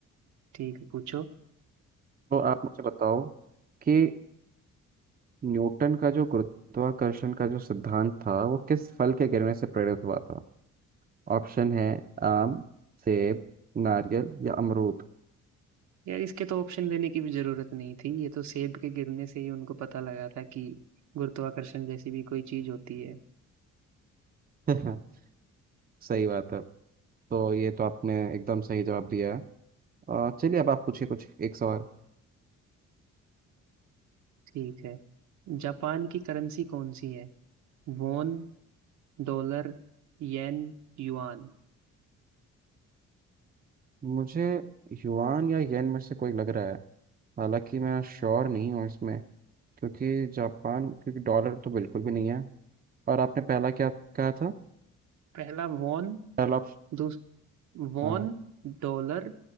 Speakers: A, on the right (about 70°); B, on the right (about 30°).
A: ठीक है पूछो
B: तो आप मुझे बताओ कि न्यूटन का जो गुरुत्वाकर्षण का जो सिद्धांत था वो किस फल के गिरने से प्रेरित हुआ था ऑप्शन है आम सेब नारियल या अमरूद
A: यार इसके तो ऑप्शन देने की भी जरूरत नहीं थी ये तो सेब के गिरने से ही उनको पता लगा था कि गुरुत्वाकर्षण जैसी भी कोई चीज होती है
B: <laughs> सही बात है तो ये तो आपने एकदम सही जवाब दिया है अ, चलिए अब आप पूछिए कुछ एक सवाल
A: ठीक है जापान की करेंसी कौन सी है Won dollar yen yuan
B: मुझे युआन या येन में से कोई लग रहा है हालांकि मैं श्योर नहीं हूँ इसमें क्योंकि जापान क्योंकि डॉलर तो बिल्कुल भी नहीं है और आपने पहला क्या कहा था
A: पहला वॉन
B: पहला
A: दूस won
B: हाँ
A: dollar